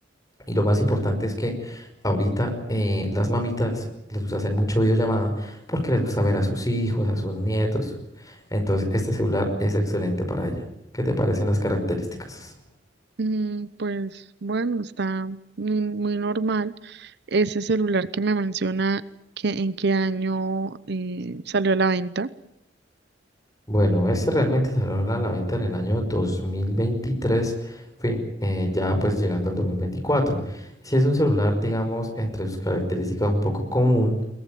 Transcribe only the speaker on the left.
Y lo más importante es que ahorita eh, las mamitas les gusta hacer mucho videollamada porque les gusta ver a sus hijos, a sus nietos. Entonces, este celular es excelente para ella. ¿Qué te parecen las características?
Bueno, este realmente salió a la venta en el año 2023, fue, eh, ya pues llegando al 2024. Si es un celular, digamos, entre sus características un poco común,